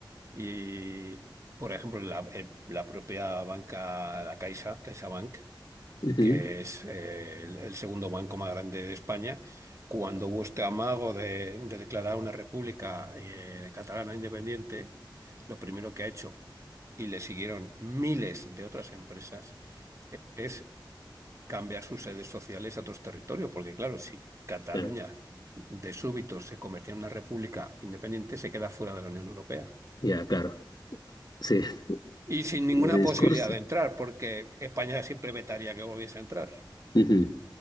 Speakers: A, on the right; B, on the left.
A: y, por ejemplo, la, eh, la propia banca, la Caixa, CaixaBank,
B: Ujú,
A: que es eh, el, el segundo banco más grande de España, cuando vuestro amago de, de declarar una república eh, catalana independiente, lo primero que ha hecho, y le siguieron miles de otras empresas, es cambiar sus sedes sociales a otros territorios, porque claro, si Cataluña
B: Ya,
A: de súbito se convertía en una república independiente, se queda fuera de la Unión Europea.
B: ya, claro. Sí, <laughs>
A: Y sin ninguna
B: lo de discurso.
A: posibilidad de entrar, porque España siempre vetaría que volviese a entrar.
B: ujú.